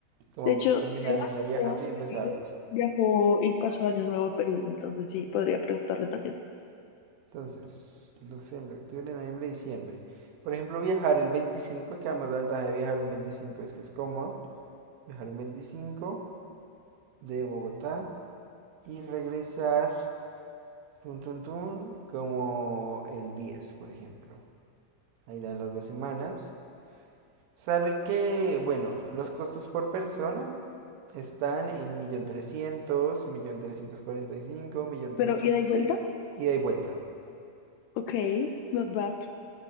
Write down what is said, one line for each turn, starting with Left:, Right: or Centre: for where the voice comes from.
Right: como
Left: De hecho,
Right: pues, terminar
Left: Sebas,
Right: el año viajando
Left: Sebas,
Right: y empezarlo.
Left: mi amigo, viajó y pasó año nuevo en Perú. Entonces sí, podría preguntarle también.
Right: Entonces, noviembre, octubre, noviembre, diciembre. Por ejemplo, viajar el veinticinco que además la ventaja de viajar un veinticinco es que es cómodo. Viajar un 25 de Bogotá y regresar, tun, tun, tun, como el 10 por ejemplo. Ahí dan las dos semanas. Sale que, bueno, los costos por persona están en millón millón trescientos mil, un millón trescientos cuarenta y cinco 1.300.000,
Left: Pero ida
Right: 1.345.000,
Left: y
Right: 1.300.000
Left: vuelta.
Right: ida y vuelta.
Left: Ok, not bad.